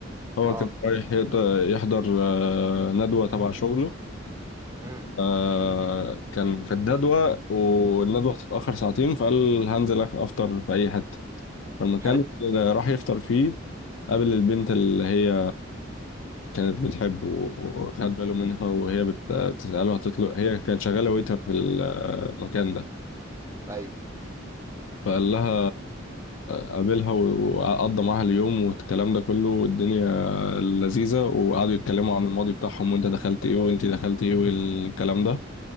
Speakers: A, on the left (about 70°); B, on the right (about 15°).
A: هو
B: اه
A: كان رايح يقد- يحضر آه، ندوة تبع شغله
B: امم
A: آه كان في الجدول والندوة هتتأخر ساعتين فقال هنزل أفطر في أي حتة فالمكان
B: حلو
A: اللي راح يفطر فيه قابل البنت اللي هي كانت بتحبه وخد باله منها وهي بت- بتسأله هتطلب هي كانت شغالة ويتر في المكان ده
B: ايوه
A: فقال لها قابلها وقضى معاها اليوم والكلام ده كله والدنيا لذيذة وقعدوا يتكلموا عن الماضي بتاعهم وانت دخلت ايه وانت دخلت ايه والكلام ده